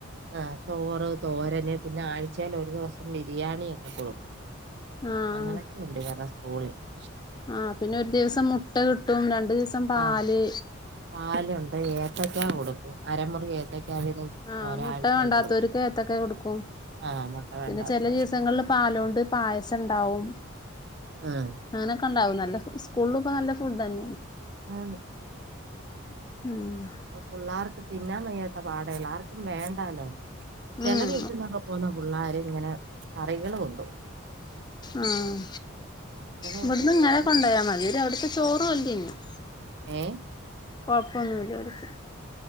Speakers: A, on the right; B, on the left.
A: ആ്ഹ് ചോറ് തോരന് പിന്നെ ആഴ്ചൽ ഒരു ദിവസം ബിരിയാണി ഒക്കെ കൊടുക്കും
B: ആഹ്
A: അങ്ങനൊക്കെ ഉണ്ട് ഇവറ സ്കൂള് ൽ
B: ആഹ് പിന്നെ ഒരു ദിവസം മുട്ട കിട്ടും രണ്ടു ദിവസം പാല്
A: ആ, പാലുണ്ട് ഏത്തക്കാ കൊടുക്കും അരമുറി ഏത്തയ്ക്ക വീതം
B: ആഹ്
A: ഒരാഴ്ച
B: മുട്ട വണ്ടാത്തവർക്ക്
A: കൊടുക്കും
B: ഏത്തൊക്കെ കൊടുക്കും
A: ആ മുട്ട വേണ്ടാത്തവർക്ക്
B: പിന്നെ ചെല ദിവസങ്ങളിൽ പാലൊണ്ട് പായസം ഉണ്ടാവും
A: ആഹ്
B: അങ്ങനൊക്കെ ഉണ്ടാവും ന സ്കൂളിലൊക്കെ നല്ല ഫുഡ് തന്നെയാണ്
A: ആണ്
B: ഉം
A: ഇപ്പൊ പിള്ളേർക്ക് തിന്നാൻ വയ്യാത്ത പാടെള്ള് ആർക്കും വേണ്ടാലോ ചിലർ
B: ഉം
A: ഇവിടന്നൊക്കെ പോകുന്ന പിള്ളോര് ഇങ്ങനെ കറികൾ കൊണ്ട്വും
B: ആഹ് ഇവിടന്ന്
A: കൊണ്ടുപോയിട്ട്
B: ഇങ്ങനെ കൊണ്ട പോയാൽ മതിര് അവിടത്തെ ചോറ് വര് തിന്നും
A: ഏഹ്
B: കുഴപ്പമൊന്നുമില്ലോർക്ക്